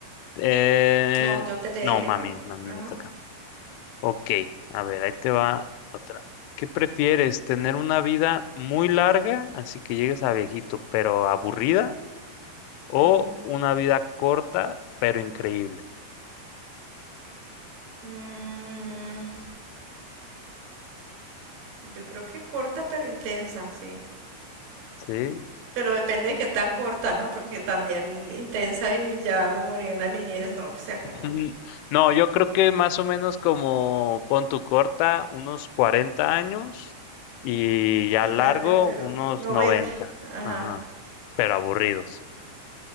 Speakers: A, on the left; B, on the right.
A: Eh,
B: No, yo te le
A: no,
B: dije,
A: mami,
B: ¿no?
A: mami
B: Ajá.
A: me toca. Ok, a ver, ahí te va otra. ¿Qué prefieres? ¿Tener una vida muy larga, así que llegues a viejito, pero aburrida? ¿O
B: ujú.
A: una vida corta, pero increíble?
B: Mm, yo creo que corta pero intensa, sí.
A: Sí. <laughs>
B: Pero depende de qué tan corta, ¿no? Porque también intensa y ya me morí en la niñez, no, o sea, como
A: Mm, No, yo creo que más o menos como pon tu corta, unos 40 años y ya
B: y
A: largo,
B: larga, pero
A: unos
B: 90.
A: 90.
B: Ajá.
A: Ajá, pero aburridos.